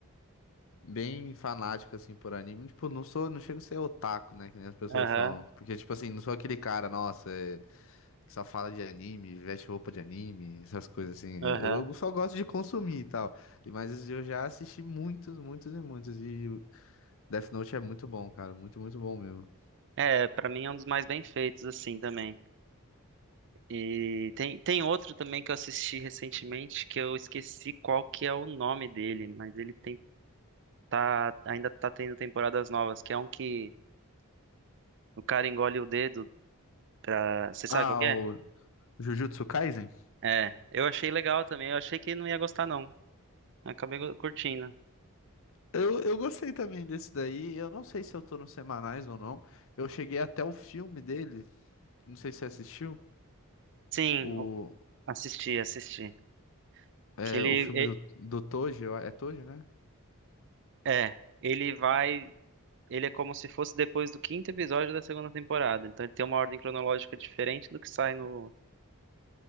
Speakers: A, on the left; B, on the right.
A: bem fanático, assim, por anime. Tipo, não sou, não chego a ser otaku, né? Que nem as pessoas
B: Aham,
A: falam. Porque, tipo assim, não sou aquele cara, nossa, é que só fala de anime, veste roupa de anime, essas coisas assim.
B: aham.
A: Eu só gosto de consumir e tal. E- Mas eu já assisti muitos, muitos e muitos. E o Death Note é muito bom, cara. Muito, muito bom mesmo.
B: É, pra mim é um dos mais bem feitos assim também. E tem tem outro também que eu assisti recentemente que eu esqueci qual que é o nome dele, mas ele tem tá, ainda tá tendo temporadas novas, que é um que o cara engole o dedo pra. Você sabe
A: Ah,
B: qual que
A: o
B: é?
A: Jujutsu Kaisen?
B: É, eu achei legal também, eu achei que não ia gostar, não. Acabei go- curtindo.
A: Eu, eu gostei também desse daí. Eu não sei se eu tô nos semanais ou não. Eu cheguei até o filme dele. Não sei se você assistiu.
B: Sim,
A: O,
B: o- assisti, assisti.
A: é,
B: Que ele
A: o filme
B: e-
A: do, do Toji. eu- É Toji, né?
B: é, ele vai. Ele é como se fosse depois do quinto episódio da segunda temporada. Então ele tem uma ordem cronológica diferente do que sai no.